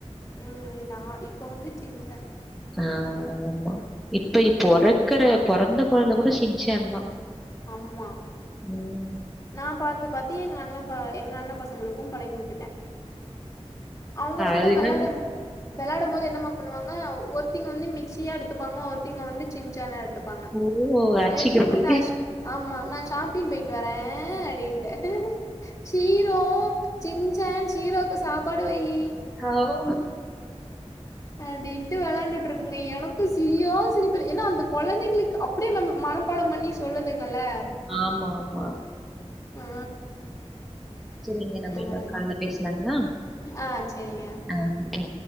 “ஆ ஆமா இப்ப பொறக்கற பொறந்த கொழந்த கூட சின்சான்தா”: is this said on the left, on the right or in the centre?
Centre